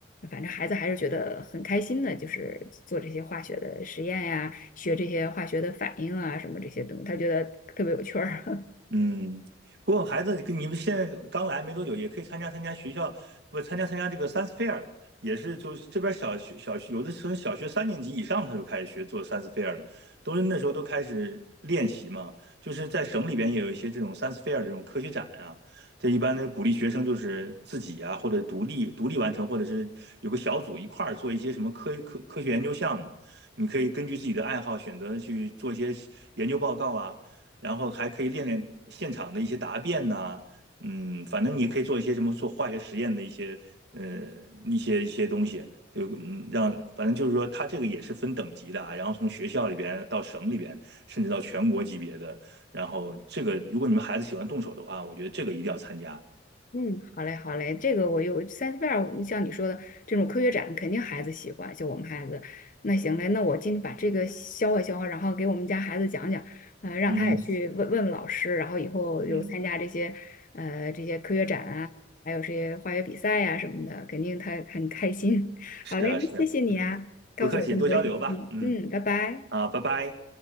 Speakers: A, on the left; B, on the right.
A: 反正孩子还是觉得很开心的，就是做这些化学的实验呀，学这些化学的反应啊，什么这些东西，他觉得特别有趣儿。
B: 嗯，不过孩子跟你们现在刚来没多久，也可以参加参加学校，不参加参加这个 science fair，也是就是这边小学小学有的时候小学三年级以上他就开始学做 science fair 了，都是那时候都开始练习嘛。就是在省里边也有一些这种 science fair 这种科学展啊，这一般的鼓励学生就是自己啊或者独立独立完成，或者是有个小组一块儿做一些什么科科科学研究项目，你可以根据自己的爱好选择去做一些研究报告啊。然后还可以练练现场的一些答辩呐、啊嗯，反正你可以做一些什么做化学实验的一些呃一些一些东西，就嗯让反正就是说它这个也是分等级的啊，然后从学校里边到省里边，甚至到全国级别的，然后这个如果你们孩子喜欢动手的话，我觉得这个一定要参加。
A: 嗯，好嘞，好嘞，这个我有三 c i e 像你说的这种科学展，肯定孩子喜欢，就我们孩子。那行嘞，那我今天把这个消化消化，然后给我们家孩子讲讲，呃，让他也去问问问老师，
B: 嗯
A: 然后以后有参加这些呃这些科学展啊，
B: 嗯，
A: 还有这些化学比赛呀、什么的，肯定他很开心。<laughs>
B: 是啊是啊，
A: 好嘞，那谢谢你啊，
B: 嗯，
A: 告诉我这么多信息。
B: 不客气，多交流吧，嗯，
A: 嗯，拜拜。
B: 好，拜拜。